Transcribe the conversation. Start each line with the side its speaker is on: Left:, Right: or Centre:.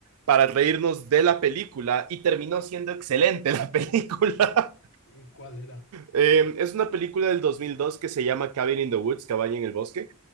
Right: para reírnos de la película y terminó siendo excelente la <laughs> película.
Left: ¿Y cuál era?
Right: Eh, es una película del 2002 que se llama Cabin in the Woods, Cabaña en el Bosque.